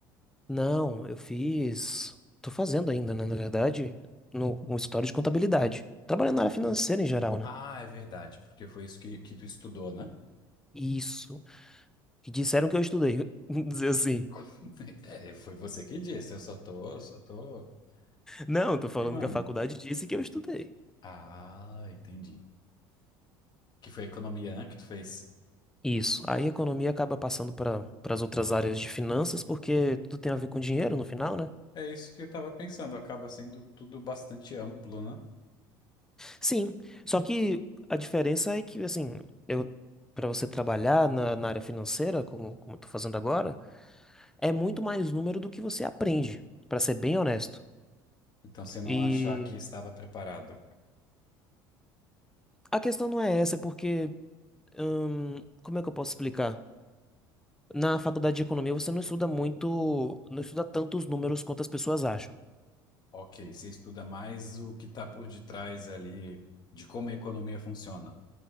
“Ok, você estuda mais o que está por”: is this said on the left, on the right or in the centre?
Left